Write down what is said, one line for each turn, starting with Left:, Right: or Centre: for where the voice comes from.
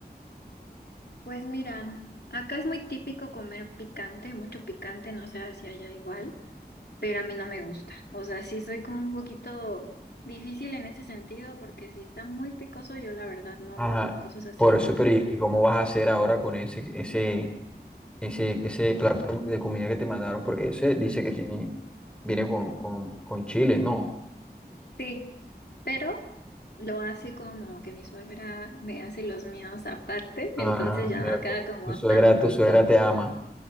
Left: pues mira, acá es muy típico comer picante, mucho picante, no sé si allá igual, pero a mí no me gusta. O sea, sí soy como un poquito difícil en ese sentido porque si está muy picoso, yo la verdad no,
Centre: Ajá,
Left: no como cosas así.
Centre: por eso, pero ¿y, y cómo vas a hacer ahora con ese, ese, ese, ese plato de comida que te mandaron? Porque ese dice que tiene, viene con, con, con chile, ¿no?
Left: Sí, pero lo hace como que mi suegra me hace los míos aparte,
Centre: Ah,
Left: entonces
Centre: ok,
Left: ya no
Centre: ok.
Left: queda como
Centre: Tu suegra,
Left: tan
Centre: tu
Left: picoso.
Centre: suegra te ama.